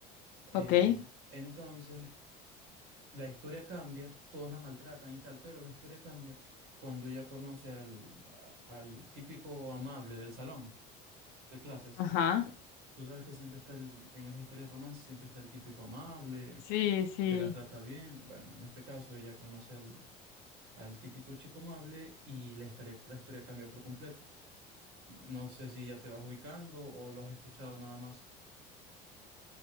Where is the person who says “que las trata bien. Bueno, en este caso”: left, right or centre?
Right